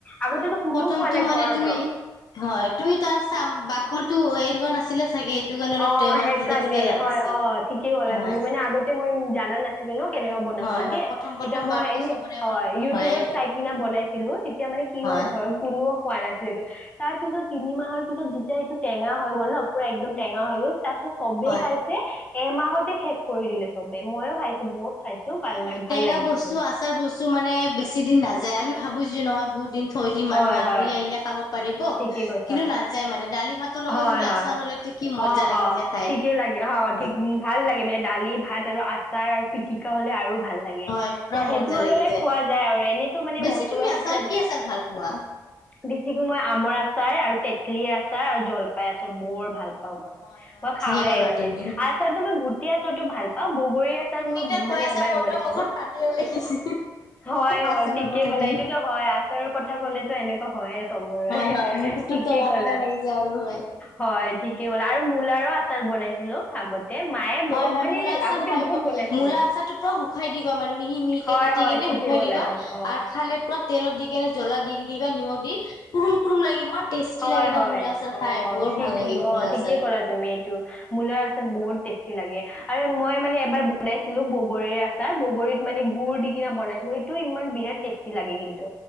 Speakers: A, on the left; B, on the left.
A: আগতেতো
B: হয় হয়
A: কোনো
B: প্ৰথমটো
A: খোৱা নাই
B: মানে
A: ঘৰতো
B: তুমি হয় তুমি তাৰ চাম বাকলটো এৰুৱা নাছিলা। নাছিলা চাগে। কাৰণে অলপ
A: অ
B: তে মানে
A: সেইকাৰণে
B: তিতা তিতা লাগিছে।
A: হয় অ ঠিকেই ক'লা
B: হয়
A: তুমি মানে আগতে মই জানা নাছিলো ন। কেনেকুৱা বনাব
B: হয়
A: লাগে
B: হয় প্ৰথম প্ৰথম
A: তেতিয়া মই
B: বাৰটো
A: এনে
B: চবৰে অলপ
A: হয়
B: ভুল
A: ইউটিউবত
B: হয়ে
A: চাই কিনি বনাইছিলো তেতিয়া মানে কি
B: হয়
A: হ'ল ঘৰত কোনো পোৱা নাছিলো এইটো তাৰ পিছত তিনি মাহৰ পিছত যেতিয়া এইটো টেঙা হৈ গ'ল ন পুৰা একদম টেঙা হ'ল। তাৰ পিছত চবেই
B: হয়।
A: খাইছে। এমাহতে শেষ কৰি দিলে চবে ময়ো খাইছো বহুত খাইছো ভাল
B: হয়-হয়
A: লাগ ভাল
B: টেঙা
A: লাগিছে
B: বস্তু
A: এইটো
B: আচাৰ বস্তু মানে বেছি দিন নাযায়, আমি ভাবো যে নহয় বহুত দিন থৈ দিম
A: হয়
B: মানুহ আলহী
A: হয়
B: আহিলে খাব। পাৰিব
A: ঠিকে কৈছা
B: কিন্তু নাযায় মানে দালি ভাতৰ লগত
A: হয়-হয়,
B: যদি আচাৰ হ'লেতো কি মজা
A: অ'-অ'
B: লাগি যায় খাই।
A: ঠিকে লাগে অ'
B: হয়
A: ঠিক ভাল লাগে মানে দালি ভাত আৰু আচাৰ আৰু পি পিটিকা হ'লে আৰু ভাল লাগে
B: হয় পুৰা
A: সেইটো
B: মজা
A: হ'লে
B: লাগি
A: খোৱা যায়, এনেটো মানে
B: বেছি
A: মচলা-চছলা
B: তুমি আচাৰ
A: দেখা
B: কি আচাৰ ভাল পোৱা?
A: দিছিলো মই আচাৰ আৰু তেতলি আচাৰ আৰু জলপাই আচাৰ বৰ ভাল। অ' মই
B: হয় হয়
A: মই খাওৱে
B: ঠিকে ক'লা
A: মানে
B: তুমি।
A: আচাৰ তো মই গো - এতিয়া আছতো ভাল পাব। বগৰী আচাৰ
B: তুমি
A: মোৰ
B: এতিয়া কৈ
A: মান
B: আছা
A: এবাৰ
B: মোৰতো
A: বনাইছিলো
B: মুখত পানী ওলাই গৈছে
A: হয়-হয়
B: আচাৰৰ
A: ঠিকে
B: কথা
A: ক'লা
B: দি
A: এইটো হয়, আচাৰৰ কথা ক'লে এনেকুৱা হয় চবৰে।
B: হয় হয় মুখতো
A: ঠিকে
B: টেঙা
A: ক'লা
B: টেঙা লাগি যায় আৰু হয়।
A: হয়, ঠিকে ক'লা আৰু মূলাৰো আচাৰ বনাইছিলো। আগতে মায়ে বহুত
B: হয়-হয়
A: মানে
B: মূলা আচাৰ
A: আগতে
B: খাই,
A: বহুত বনাইছিলে
B: মূলা আচাৰতটো পুৰা শুকাই দিবা মানে মিহি মিহিকে
A: হয়
B: কাটি
A: হয়
B: কেনে
A: ঠিকে
B: শুকাই
A: ক'লা
B: দিবা
A: তুমি অ
B: আৰু খালে পুৰা তেলত দি কেনে জ্বলা দি দিবা নিমখ দি কুৰুম-কুৰুম লাগি ইমান টেষ্টি
A: হয়-হয়
B: লাগে না মূলা আচাৰ
A: অ'
B: খাই বৰ
A: ঠিক
B: ভাল লাগে
A: অ'
B: মূলা
A: ঠিকে
B: আচাৰ।
A: ক'লা তুমি এইটো মূলাৰ আচাৰ বহুত টেষ্টি। লাগে আৰু মই মানে এবাৰ বনাইছিলো বগৰীৰ আচাৰ, বগৰীত মানে গুড় দি কিনে বনাইছিলো। এইটো ইমান বিৰাট টেষ্টি লাগে কিন্তু।